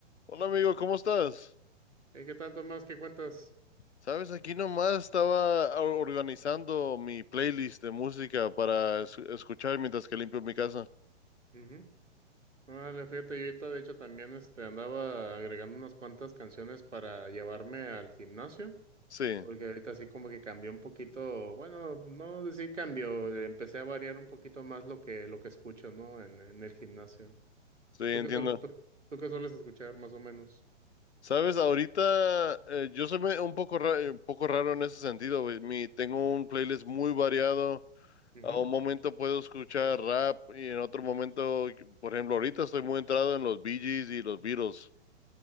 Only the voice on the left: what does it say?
Hola amigo, ¿cómo estás?
Sabes, aquí nomás estaba or- organizando mi playlist de música para es- escuchar mientras que limpio mi casa.
Sí,
sí,
entiendo.
Sabes, ahorita eh, yo soy me- un poco, ra- eh, un poco raro en ese sentido. güey. Mi, tengo un playlist muy variado.
A un momento puedo escuchar rap y en otro momento, por ejemplo, ahorita estoy muy entrado en los Bee Gees y los Beatles.